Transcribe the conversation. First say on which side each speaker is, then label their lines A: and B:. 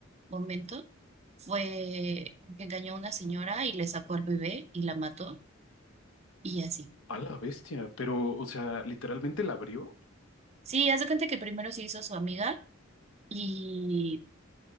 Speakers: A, on the right; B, on the left.
A: momento, fue que engañó a una señora y le sacó al bebé y la mató y así.
B: A la bestia, pero, o sea, literalmente la abrió.
A: Sí, haz de cuenta que primero se hizo su amiga y,